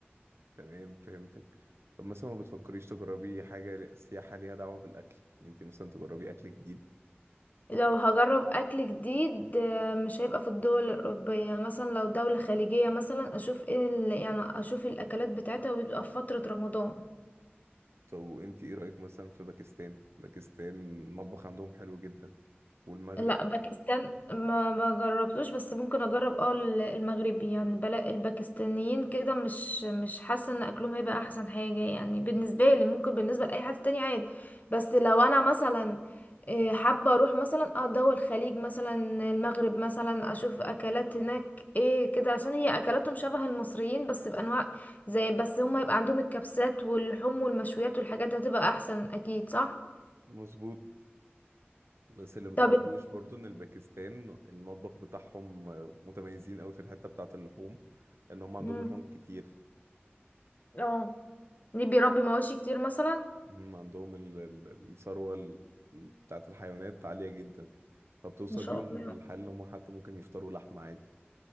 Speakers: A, on the right; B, on the left.
A: تمام فهمتك طب مثلا ما بتفكريش تجربي حاجه سياحه ليها دعوه بالاكل ان انتي مثلا تجربي اكل جديد
B: لو هجرب اكل جديد آه، مش هيبقى في الدول الاوروبيه مثلا لو دوله خليجيه مثلا اشوف ايه ال... يعني اشوف الاكلات بتاعتها ويبقى في فتره رمضان
A: طب وانت ايه رأيك مثلا في باكستان باكستان المطبخ عندهم حلو جدا والمغرب
B: لا باكستان ما ما جربتوش بس ممكن اجرب اه ال- المغربي يعني بلا الباكستانيين كده مش مش حاسه ان اكلهم هيبقى احسن حاجه يعني بالنسبه لي ممكن بالنسبه لاي حد تاني عادي بس لو انا مثلا إيه، حابه اروح مثلا اه دول الخليج مثلا المغرب مثلا اشوف اكلات هناك ايه كده عشان هي اكلاتهم شبه المصريين بس بانواع زي بس هم يبقى عندهم الكبسات واللحوم والمشويات والحاجات دي هتبقى احسن اكيد صح
A: مظبوط بس اللي متعرفوش
B: طب
A: برضو ان الباكستان المطبخ بتاعهم آه، متميزين قوي في الحتة بتاعة اللحوم ان هم عندهم
B: مم.
A: لحوم كتير
B: اه ليه بيربي مواشي كتير مثلا
A: هم عندهم ال- ال- الثروة ال- بتاعة الحيوانات عالية جدا فبتوصل
B: ان شاء
A: بيهم
B: الله
A: الحال ان هم حتى ممكن يفطروا لحمة عادي